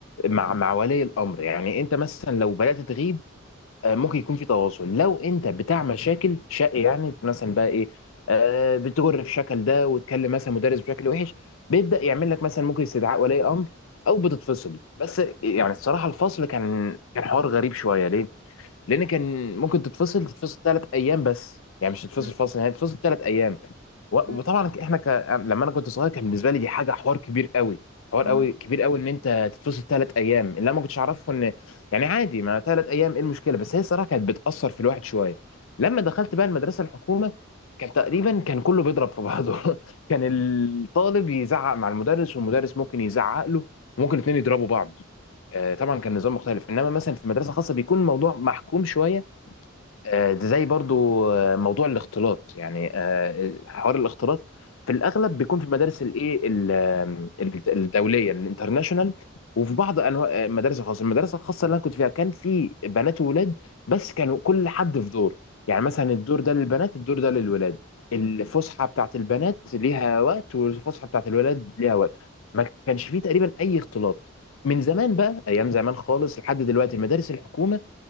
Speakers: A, on the left (about 75°); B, on the right (about 70°).
A: مع مع ولي الامر يعني انت مثلا لو بدات تغيب آه، ممكن يكون في تواصل لو انت بتاع مشاكل شق يعني مثلا بقى ايه آه، بتجر في شكل ده وتكلم مثلا مدرس بشكل وحش بيبدا يعمل لك مثلا ممكن استدعاء ولي امر او بتتفصل بس يعني الصراحه الفصل كان كان حوار غريب شويه ليه لان كان ممكن تتفصل تتفصل ثلاث ايام بس يعني مش تتفصل
B: م-
A: فصل يعني تتفصل ثلاث ايام و-
B: م-
A: وطبعا احنا ك... لما انا كنت صغير كان بالنسبه لي دي حاجه حوار كبير قوي حوار
B: م-
A: قوي كبير قوي ان انت تتفصل ثلاث ايام اللي انا ما كنتش اعرفه ان يعني عادي ما ثلاث ايام ايه المشكله بس هي الصراحه كانت بتاثر في الواحد شويه لما دخلت بقى المدرسه الحكومه كان تقريبا كان كله بيضرب في بعضه <laughs> كان الطالب يزعق مع المدرس والمدرس ممكن يزعق له وممكن الاثنين يضربوا بعض آه، طبعا كان نظام مختلف انما مثلا في مدرسه خاصه بيكون الموضوع محكوم شويه آه، زي برضو آه، موضوع الاختلاط يعني آه، حوار الاختلاط في الاغلب بيكون في المدارس الايه ال- آه، الدوليه الانترناشونال وفي بعض انواع آه، المدارس الخاصه المدرسه الخاصه اللي انا كنت فيها كان في بنات وولاد بس كانوا كل حد في دور يعني مثلا الدور ده للبنات الدور ده للولاد الفسحه بتاعت البنات ليها وقت والفسحه بتاعت الولاد ليها وقت ما كانش فيه تقريبا اي اختلاط من زمان بقى ايام زمان خالص لحد دلوقتي المدارس الحكومه